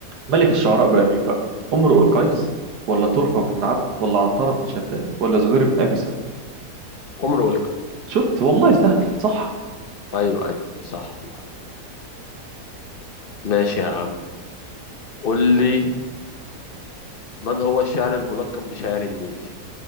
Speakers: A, on the right; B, on the left.
A: ملك الشعراء بقى مين بقى امرؤ القيس ولا طرفة بن العبد ولا عنترة بن شداد ولا زهير بن أبي سلمة
B: امرؤ القيس
A: شفت والله سهل صح
B: ايوه ايوه صح والله ماشي يا عم قول لي من هو الشاعر الملقب بشاعر النيل